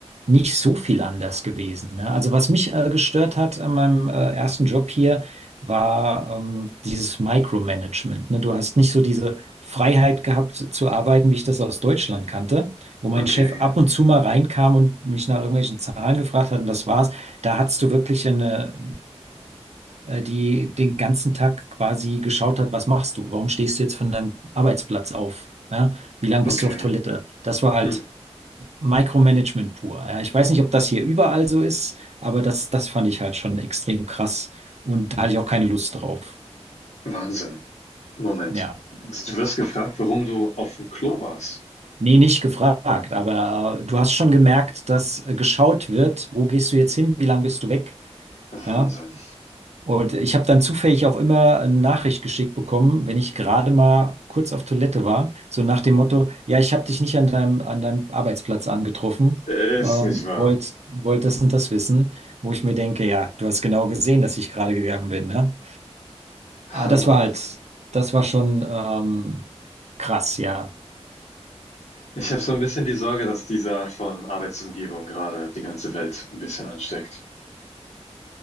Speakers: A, on the right; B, on the left.
A: nicht so viel anders gewesen. Ne? Also was mich äh, gestört hat an meinem äh, ersten Job hier, war ähm, dieses Micromanagement. Ne? Du hast nicht so diese Freiheit gehabt zu arbeiten, wie ich das aus Deutschland kannte, wo mein
B: Okay,
A: Chef ab und zu mal reinkam und mich nach irgendwelchen Zahlen gefragt hat und das war's. Da hattest du wirklich eine äh, die den ganzen Tag quasi geschaut hat, was machst du? Warum stehst du jetzt von deinem Arbeitsplatz auf? Ja? Wie lange
B: okay.
A: bist du auf Toilette? Das war halt
B: Hm,
A: Micromanagement pur. Ja? Ich weiß nicht, ob das hier überall so ist, aber das, das fand ich halt schon extrem krass und da hatte ich auch keine Lust drauf.
B: Wahnsinn. Moment.
A: Ja.
B: Du wirst gefragt, warum du auf dem Klo warst.
A: Nee, nicht gefragt, aber äh, du hast schon gemerkt, dass äh, geschaut wird, wo gehst du jetzt hin, wie lange bist du weg?
B: Wahnsinn.
A: Ja, Und ich habe dann zufällig auch immer eine Nachricht geschickt bekommen, wenn ich gerade mal kurz auf Toilette war, so nach dem Motto, ja, ich habe dich nicht an deinem, an deinem Arbeitsplatz angetroffen,
B: Ist
A: ähm,
B: nicht wahr.
A: wollt, wollt das und das wissen, wo ich mir denke, ja, du hast genau gesehen, dass ich gerade gegangen bin, ne?
B: Hammer.
A: Ah, das war halt, das war schon ähm, krass, ja.
B: Ich habe so ein bisschen die Sorge, dass diese Art von Arbeitsumgebung gerade die ganze Welt ein bisschen ansteckt.